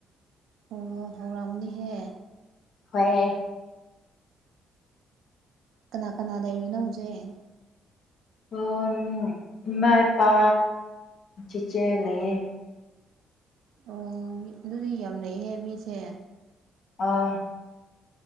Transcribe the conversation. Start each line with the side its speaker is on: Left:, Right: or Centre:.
Right: ꯑꯣ ꯍꯥꯎꯔꯝꯅꯤꯍꯦ
Left: ꯍꯣꯏ
Right: ꯀꯅꯥ ꯀꯅꯥ ꯂꯩꯔꯤꯅꯣ ꯍꯧꯖꯤꯛ
Left: ꯑꯣ ꯏꯃꯥ ꯏꯄꯥ ꯆꯤꯆꯦ ꯂꯩꯌꯦ
Right: ꯑꯣ ꯑꯗꯨꯗꯤ ꯌꯥꯝ ꯂꯩꯩꯍꯦ ꯃꯤꯁꯦ
Left: ꯑꯥ